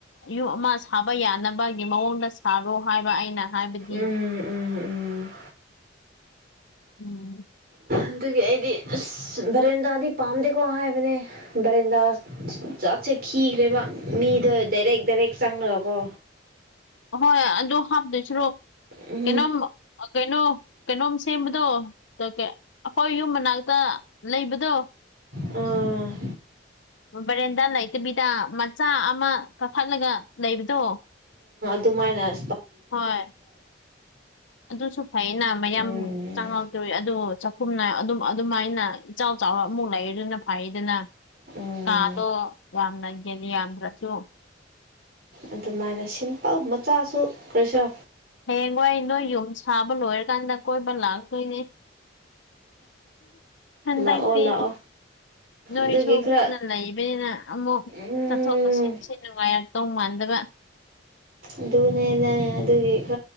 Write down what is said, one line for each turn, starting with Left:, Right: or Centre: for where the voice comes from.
Left: ꯌꯨꯝ ꯑꯃ ꯁꯥꯕ ꯌꯥꯅꯕꯒꯤ ꯃꯑꯣꯡꯗ ꯁꯥꯔꯣ ꯍꯥꯏꯕ ꯑꯩꯅ ꯍꯥꯏꯕꯗꯤ
Right: ꯎꯝ ꯎꯝ ꯎꯝ
Left: ꯎꯝ
Right: ꯑꯗꯨꯒꯤ ꯑꯩꯗꯤ ꯑꯁ ꯕꯔꯤꯦꯟꯗꯥꯗꯤ ꯄꯥꯝꯗꯦꯀꯣ ꯍꯥꯏꯕꯅꯦ ꯕꯔꯦꯟꯗꯥ ꯆꯠꯁꯦ ꯈꯤꯈ꯭ꯔꯦꯕ ꯃꯤꯗꯣ ꯗꯥꯏꯔꯦꯛ ꯗꯥꯏꯔꯦꯛ ꯆꯪꯉꯒꯀꯣ
Left: ꯍꯣꯏ ꯑꯗꯣ ꯍꯥꯞꯇꯣꯏꯁꯤꯔꯣ
Right: ꯎ
Left: ꯀꯩꯅꯣꯝ ꯀꯩꯅꯣ ꯀꯩꯅꯣꯝ ꯁꯦꯝꯕꯗꯣ ꯑꯩꯈꯣꯏ ꯌꯨꯝ ꯃꯅꯥꯛꯛꯇ ꯇ ꯂꯩꯕꯗꯣ
Right: ꯎꯥ
Left: ꯕꯔꯦꯟꯗꯥ ꯂꯩꯇꯕꯤꯗ ꯃꯆꯥ ꯑꯃ ꯀꯥꯈꯠꯂꯒ ꯂꯩꯕꯗꯣ
Right: ꯇꯨꯃꯥꯏꯅ
Left: ꯍꯣꯏ ꯑꯗꯨꯁꯨ ꯐꯩꯅ ꯃꯌꯥꯝ
Right: ꯎꯝ
Left: ꯆꯪꯉꯛꯇꯣꯏꯔꯤ ꯑꯗꯨ ꯁꯨꯝꯅ ꯑꯗꯨꯝ ꯑꯗꯨꯃꯥꯏꯅ ꯏꯆꯥꯎ ꯆꯥꯎꯕ ꯑꯃꯨꯛ ꯂꯩ ꯑꯗꯨꯅ ꯐꯩꯗꯅ
Right: ꯎꯝ
Left: ꯀꯥꯗꯣ ꯌꯥꯝꯅꯒꯜꯂꯤ ꯌꯥꯝꯗ꯭ꯔꯁꯨ
Right: ꯑꯗꯨꯃꯥꯏꯅ ꯁꯤꯝꯄꯜ ꯃꯆꯥꯁꯨ ꯀꯔꯤꯁꯨ
Left: ꯍꯌꯦꯡꯋꯥꯏ ꯅꯣꯏ ꯌꯨꯝ ꯁꯥꯕ ꯂꯣꯏꯔꯀꯥꯟꯗ ꯀꯣꯏꯕ ꯂꯥꯛꯇꯣꯏꯅꯦ ꯊꯗꯗꯤ
Right: ꯂꯥꯛꯑꯣ ꯂꯥꯛꯑꯣ
Left: ꯅꯣꯏꯁꯨ
Right: ꯑꯗꯨꯒꯤ ꯈꯔ
Left: ꯀꯨꯅ ꯂꯩꯕꯅꯤꯅ ꯑꯃꯨꯛ
Right: ꯎꯝ
Left: ꯆꯠꯊꯣꯛ ꯆꯠꯁꯤꯟꯁꯤ ꯅꯨꯡꯉꯥꯏꯔꯦ ꯇꯧ ꯃꯥꯟꯗꯕ
Right: ꯑꯗꯨꯣꯅꯅ ꯑꯗꯨꯒꯤ